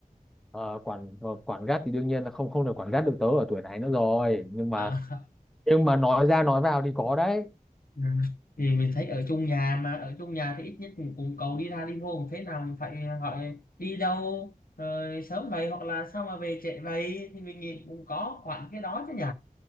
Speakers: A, in the centre; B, on the left (about 80°).
A: ờ, quản ờ, quản gắt thì đương nhiên là không không được quản gắt được tớ ở tuổi này nữa rồi nhưng
B: Ờ,
A: mà
B: <laughs>
A: nhưng mà nói ra nói vào thì có đấy
B: ừ. thì mình thấy ở chung nhà mà ở chung nhà thì ít nhất cũng, cũng cậu đi ra đi vô cũng thế nào cũng phải hỏi đi đâu rồi sớm vậy hoặc là sao mà về trễ vậy thì mình nghĩ cũng có quặn cái đó chứ nhỉ